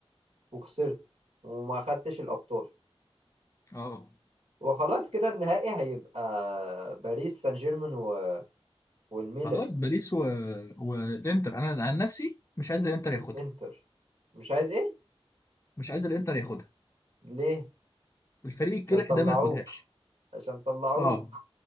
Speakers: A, on the right (about 85°); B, on the left (about 25°).
A: وخسرت وما خدتش الابطال
B: اه
A: وخلاص كده النهائي هيبقى باريس سان جيرمان و... والميلان
B: خلاص باريس و... والانتر انا عن نفسي مش عايز الانتر
A: والانتر
B: ياخدها
A: مش عايز ايه
B: مش عايز الانتر ياخدها
A: ليه
B: الفريق الكلح
A: عشان طلعوك
B: ده ما ياخدهاش
A: عشان طلعوك
B: اه